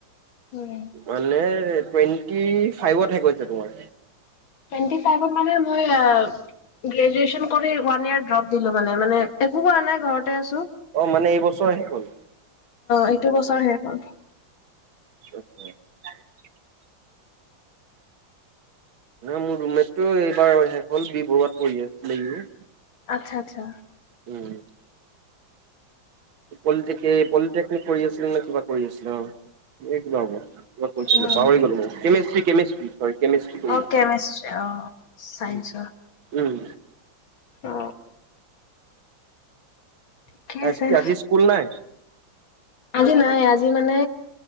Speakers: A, on the left; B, on the right.
A: উম
B: মানে টুৱেণ্টি ফাইভহে <unintelligible> তোমাৰ
A: টুৱেন্টি ফাইভত মানে মই গ্ৰেজুৱেচন কৰি ৱান ইয়াৰ দ্ৰপ মানে মানে একো কৰা নাই ঘৰ আছো
B: অ মানে এইবছৰ শেষ হ'ল
A: এইটো বছৰ শেষ অ
B: <unintelligible> মোৰ ৰুমমেতটো এইবাৰ শেষ হ'ল বি বৰুৱাত পৰি আছিলে সিও
A: আচ্ছা আচ্ছা
B: উম পলিট পলিটেকনিক কৰি আছিল নে কিবা কৰি আছিল অ এই কিবা হ'ব কিবা কৈছিলে
A: অ
B: পাহৰি গল মই কেমেজস্ত্ৰি কেমেজস্ত্ৰি
A: অ কেমেষ্ট্ৰি অ ছাইঞ্চেছ
B: উম
A: অ ঠিকে
B: এছ
A: আছে
B: পি আজি স্কুল নাই
A: আজি নাই আজি মানে